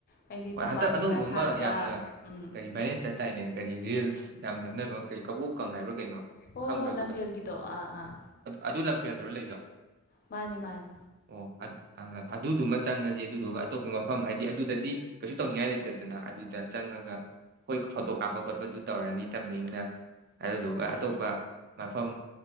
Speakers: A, on the left; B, on the right.
A: ꯍꯥꯏꯗꯤ
B: ꯍꯣꯏ
A: ꯊꯝꯕꯥꯜ
B: ꯍꯟꯗꯛ
A: ꯀꯩꯀꯥ
B: ꯑꯅꯧꯕ ꯑꯃ
A: ꯁꯥꯠꯄ
B: ꯌꯥꯝꯅ
A: ꯎꯝ
B: ꯀꯔꯤ ꯚꯥꯏꯔꯦꯟ ꯆꯠ ꯇꯥꯏꯅꯦ ꯀꯔꯤ ꯔꯤꯜꯁ ꯌꯥꯝ ꯅꯝꯅꯕ ꯀꯩ ꯀꯕꯣꯛꯀꯪ ꯍꯥꯏꯕ꯭ꯔꯥ ꯀꯩꯅꯣ
A: ꯑꯣ
B: ꯈꯪꯕ꯭ꯔꯥ
A: ꯂꯝꯐꯦꯜꯒꯤꯗꯣ
B: ꯑꯗꯨꯗꯣ
A: ꯑꯥ ꯑꯥ
B: ꯑꯗꯨ ꯂꯝ <unintelligible> ꯀꯦꯟꯗ꯭ꯔꯣ ꯂꯩ ꯗꯣ
A: ꯃꯥꯅꯦ ꯃꯥꯅꯦ
B: ꯑꯣ ꯑꯗꯨꯗꯨꯃ ꯆꯪꯉꯁꯦ ꯑꯗꯨꯗꯨꯒ ꯑꯇꯣꯞꯄ ꯃꯐꯝ ꯍꯥꯏꯗꯤ ꯑꯗꯨꯗꯗꯤ ꯀꯩꯁꯨ ꯇꯧꯅꯤꯡꯉꯥꯏ ꯂꯩꯇꯦꯗꯅ ꯑꯗꯨ ꯆꯪꯉꯒ ꯍꯣꯏ ꯐꯣꯇꯣ ꯀꯥꯞꯄꯒ ꯑꯗꯨꯗꯨ ꯇꯧꯔꯅꯤ ꯇꯞꯅ ꯏꯡꯅ ꯑꯗꯨꯗꯨꯒ
A: ꯍꯣꯏ
B: ꯑꯇꯣꯞꯄ ꯃꯐꯝ